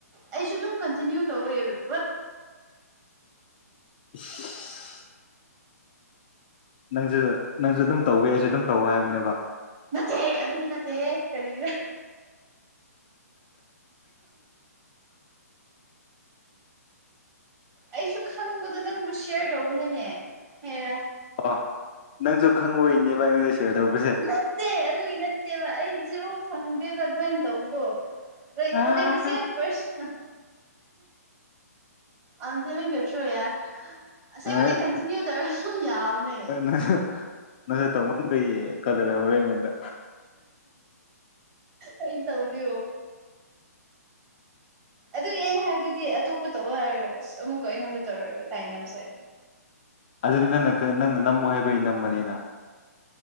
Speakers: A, on the right; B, on the left.
A: ꯑꯩꯁꯨ ꯑꯗꯨꯝ ꯀꯟꯇꯤꯅ꯭ꯌꯨ ꯇꯧꯋꯦ ꯕꯠ
B: <inaudible> ꯅꯪꯁꯨ ꯅꯪꯁꯨ ꯑꯗꯨꯝ ꯇꯧꯋꯦ ꯑꯩꯁꯨ ꯑꯗꯨꯝ ꯇꯧꯋ ꯍꯥꯏꯕꯅꯦꯕ
A: ꯅꯠꯇꯦ ꯑꯗꯨꯒꯤ ꯅꯠꯇꯦꯍ ꯀꯔꯤꯅ <inaudible> ꯑꯩꯁꯨ ꯈꯪꯕꯗꯣ ꯅꯪꯕꯨ ꯁꯤꯌꯔ ꯇꯧꯕꯅꯤꯅꯦ ꯍꯔ
B: ꯑ ꯅꯪꯁꯨ ꯈꯪꯕꯣꯏꯅꯦꯕ ꯑꯩꯉꯣꯟꯗ ꯁꯤꯌꯔ ꯇꯧꯕꯁꯦ
A: ꯅꯠꯇꯦ ꯑꯗꯨꯒꯤ ꯅꯠꯇꯦꯕ ꯑꯩ ꯖꯤꯔꯣ ꯐꯪꯗꯦꯕ ꯑꯗꯨꯃꯥꯏꯅ ꯇꯧꯕꯗꯣ
B: ꯑꯥ
A: ꯀꯣꯂꯖ ꯁꯦꯝ ꯄꯔꯁ ꯑꯗꯅ ꯀꯠꯇ꯭ꯔꯣ ꯌꯥꯔ ꯑꯁꯦꯡꯕꯅꯦ
B: ꯑꯦ
A: ꯀꯟꯇꯤꯅ꯭ꯌꯨ ꯇꯧꯔ ꯑꯗꯨꯝ ꯌꯥꯕꯅꯦ
B: ꯅ ꯅꯁ ꯇꯧꯉꯅꯤꯌꯦ ꯆ ꯀꯗ꯭ꯔ ꯍꯔ ꯌꯦꯉꯗ
A: ꯑꯩꯗꯥꯎꯗꯦ ꯑꯗꯨꯒꯤ ꯑꯩꯅ ꯍꯥꯏꯕꯗꯨꯗꯤ ꯑꯇꯣꯞꯄ ꯇꯧꯕ ꯍꯥꯏꯔꯒ ꯑꯁ ꯑꯃꯨꯛꯀ ꯑꯩꯉꯣꯟꯗ ꯇꯧꯔꯒ ꯇꯥꯏꯅꯕ ꯁꯥꯏ
B: ꯑꯗꯨꯗꯤ ꯅꯅ ꯅꯅ ꯅꯝꯃꯣ ꯍꯥꯏꯕꯩ ꯅꯝꯕꯅꯤꯅ